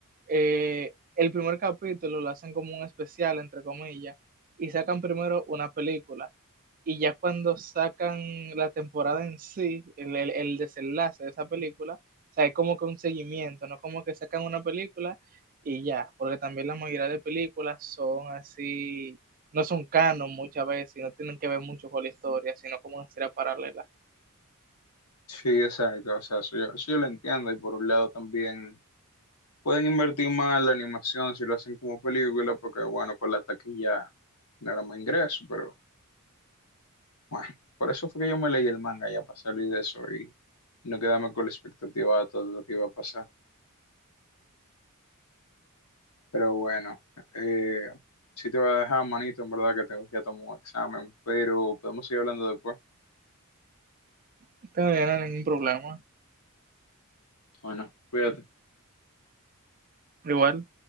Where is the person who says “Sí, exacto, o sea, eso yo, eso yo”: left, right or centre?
Left